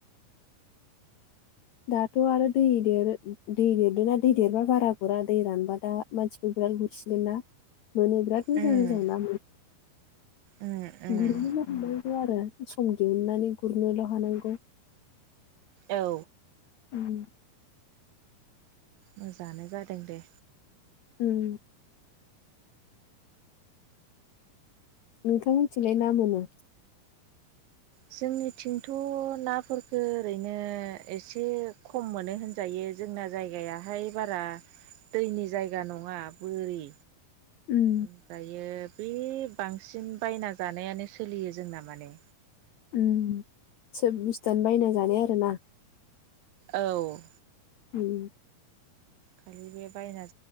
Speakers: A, on the left (about 80°); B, on the right (about 75°).
A: दाथ' आरो दै देरो दै देरदोंना दै देरबा बारा गुरा दै रानबा दा मानसिफोर बिराल गुरसिगोन ना मोनो बिराद मोजां
B: उम
A: मोजां ना मोनो।
B: उम उम
A: गुरनोल' हानांगौ आरो सम दिहुननानै गुरनोल' हानांगौ। <unintelligible>
B: औ।
A: उम
B: मोजाङानो जादों दे।
A: उम। नोंथांमोननिथिंलाय मा मोनो।
B: जोंनिथिंथ' नाफोरखो ओरैनो एसे खम मोनो होनजायो। जोंना जायगायाहाय बारा दैनि जायगा नङा बोरि।
A: उम
B: ओमफ्रायो। बे बांसिन बायना जानायानो सोलियो जोंना माने
A: ओम सोब बुस्थुआनो बायना जानाय आरोना।
B: औ।
A: उम।
B: खालि बे बायना।